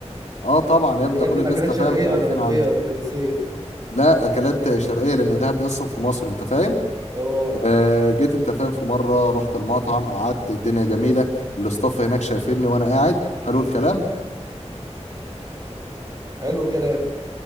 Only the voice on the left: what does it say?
اه طبعا يا ابني
ده كل الناس
تفهم
عارفين
عنده
لا اكلات شرقيه لان دهب دي اصلا في مصر انت فاهم
آه جيت انت فاهم في مره رحت المطعم قعدت الدنيا جميله الاستاف هناك شايفيني وانا قاعد حلو الكلام